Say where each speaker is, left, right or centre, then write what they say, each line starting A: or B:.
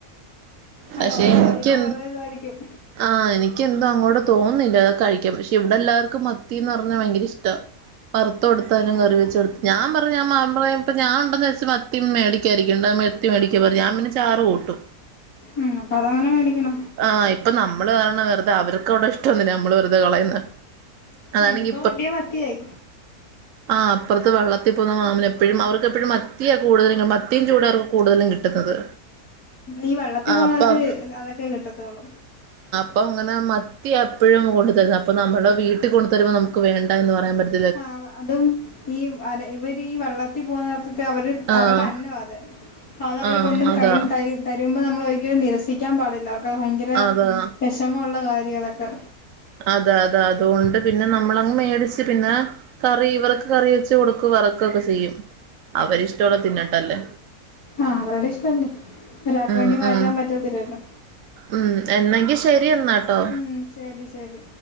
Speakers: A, on the right (about 65°); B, on the left (about 75°).
A: പക്ഷെ
B: അത് ഓരോരുത്തർക്കും
A: എനിക്ക് എന്ത്
B: ഓരോ ഇതായിരിക്കും
A: ആ എനിക്ക് എനിക്കെന്തോ അങ്ങോട്ട് തോന്നുന്നില്ല കഴിക്കാ പക്ഷെ ഇവിടെ എല്ലാവർക്കും മത്തിന്ന് പറഞ്ഞാ വയങ്കര ഇഷ്ട വറുത്ത് കൊടുത്താലും കറി വെച്ച്കൊടുത്ത് ഞാൻ പറഞ്ഞു <unintelligible> ഞാൻ <unintelligible> വെച്ച് മത്തി മേടിക്കായിരിക്കണ്ട മത്തി മേടിക്കാ പറഞ്ഞ ഞാൻ പിന്നെ ചാറ് കൂട്ടും.
B: ഉം അപ്പതങ്ങനെ മേടിക്കണം
A: ആഹ് ഇപ്പം നമ്മള് കാരണം വെറുതെ അവർക്ക് അവിടെ ഇഷ്ടൊന്നില്ല നമ്മള് വെറുതെ കളയുന്നെ അതാണെങ്കി
B: അയിനിപ്പോ വലിയ മത്തിയായി
A: ആ അപ്പുറത്ത് വള്ളത്തിൽ പോകുന്ന മാമന് എപ്പഴും അവർക്കെപ്പഴും മത്തിയാ കൂടുതലും മത്തിയും <unintelligible> അവർക്ക് കൂടുതലും കിട്ടുന്നത്
B: ഈ വെള്ളത്തിൽ
A: ആഹ്
B: പോകുന്നവർക്ക്
A: അപ്പൊ
B: അതൊക്കെ കിട്ടത്തൊള്ളൂ
A: അപ്പങ്ങനെ മത്തിയാ എപ്പഴും കൂടുതല് അപ്പം നമ്മളെ വീട്ടി കൊണ്ടു തരുമ്പം നമുക്ക് വേണ്ട എന്ന് പറയാൻ പറ്റ
B: ആ അതും ഈ അര ഇവരീ വള്ളത്തി പോ <unintelligible>
A: ആഹ്
B: അവരുടെ അന്നവ അത് അപ്പത് അവര്
A: ആഹ്
B: കൊണ്ട്
A: അതാ
B: കയ്യിന്ന് ത തരും നമ്മള് ഒരിക്കലും നിരസിക്കാൻ പാടില്ല ഭയങ്കര
A: അതാ
B: വെഷമുള്ള കാര്യ <unintelligible>
A: അത അത അതുകൊണ്ട് പിന്നെ നമ്മളങ്ങ് മേടിച്ച് പിന്നെ കറി ഇവർക്ക് കറി വെച്ച് കൊടുക്കും വറക്കൊക്കെ ചെയ്യും അവരിഷ്ടമുള്ള തിന്നട്ടല്ലേ
B: ആ അവരോടെ ഇഷ്ടല്ലേ ഒരാൾക്ക്
A: ഉം
B: വേണ്ടി മാറ്റാൻ
A: ഉം
B: പറ്റത്തില്ലല്ലോ
A: ഉം എന്നെങ്കി ശരി എന്നാട്ടോ
B: ഉം ശരി ശരി